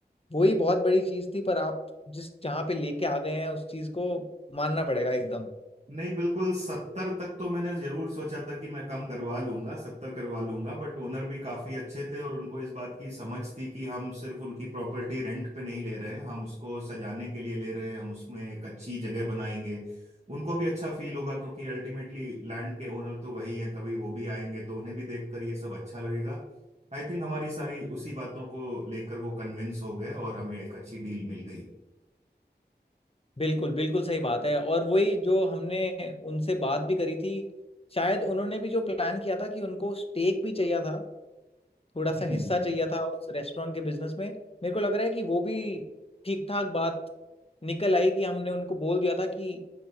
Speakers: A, on the left; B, on the right.
A: वही बहुत बड़ी चीज थी पर आप जिस जहाँ पे लेके आ गए हैं उस चीज को मानना पड़ेगा एकदम
B: नहीं बिल्कुल सत्तर तक तो मैंने जरूर सोचा था कि मैं कम करवा लूंगा सत्तर करवा लूंगा बट ओनर भी काफी अच्छे थे और उनको इस बात की समझ थी कि हम सिर्फ उनकी प्रॉपर्टी रेंट पे नहीं ले रहे हैं हम उसको सजाने के लिए ले रहे हैं हम उसमें एक अच्छी जगह बनाएंगे उनको भी अच्छा फील होगा क्योंकि अल्टीमेटली लैंड के ओनर तो वही हैं कभी वो भी आएंगे तो उन्हें भी देखकर ये सब अच्छा लगेगा आई थिंक हमारी सारी उसी बातों को लेकर वो कन्विंस हो गए और हमें एक अच्छी डील मिल गई
A: बिल्कुल बिल्कुल सही बात है और वही जो हमने उनसे बात भी करी थी शायद उन्होंने भी जो प्लान किया था कि उनको स्टेक भी चाहिए था थोड़ा सा
B: हम्म
A: हिस्सा चाहिए था उस रेस्टोरेंट के बिजनेस में मेरे को लग रहा है कि वो भी ठीक ठाक बात निकल आई कि हमने उनको बोल दिया था कि